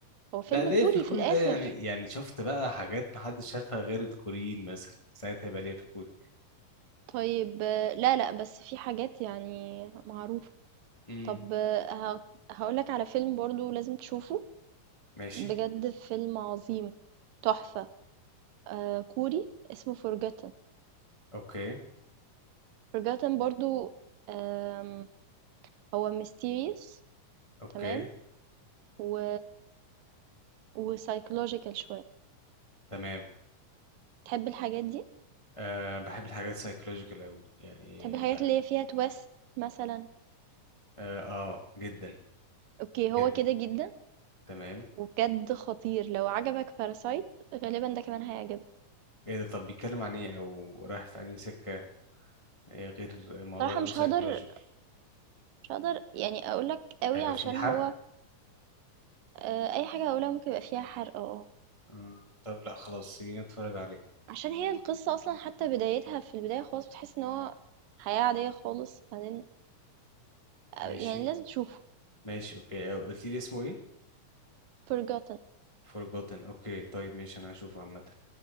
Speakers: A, on the right; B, on the left.
A: هو فيلم
B: لا ليه
A: كوري
B: في الكوري
A: في الآخر.
B: ده يعني يعني شفت بقى حاجات محدش شافها غير الكوريين مثلا ساعتها يبقى ليه في الكوري
A: طيب آه، لا، لأ، بس في حاجات يعني معروفة.
B: امم
A: طب آه، ه هاقول لك على فيلم برضه لازم تشوفه،
B: ماشي
A: بجد فيلم عظيم، تحفة. آه كوري اسمه Forgotten
B: اوكي
A: Forgotten برضو آم، هو mysterious
B: اوكي
A: تمام و و psychological شوية
B: تمام
A: تحب الحاجات دي
B: أه بحب الحاجات السايكولوجيكال قوي يعني
A: تحب الحاجات
B: بحب.
A: اللي هي فيها تويست مثلا
B: اه آه، جدا
A: اوكي هو
B: جدا
A: كده جدا
B: تمام
A: وبجد خطير لو عجبك باراسايت غالبا ده كمان هيعجبك
B: ايه ده طب بيتكلم عن ايه او رايح في انهي سكة إيه غير موضوع
A: صراحة
B: ان
A: مش
B: هو سايكولوجيكال
A: هقدر مش هقدر يعني اقولك قوي
B: هيبقى
A: عشان
B: فيه حرق
A: هو آه، اي حاجة اقولها ممكن يبقى فيها حرق اه
B: آه، طب لا خلاص خلينا نتفرج عليه
A: عشان هي القصة اصلا حتى بدايتها في البداية خالص بتحس ان هو حياة عادية خالص بعدين يعني
B: ماشي
A: لازم تشوفه
B: ماشي اوكي آه، قلت لي اسمه ايه
A: Forgotten
B: Forgotten اوكي طيب ماشي انا هشوفه عامة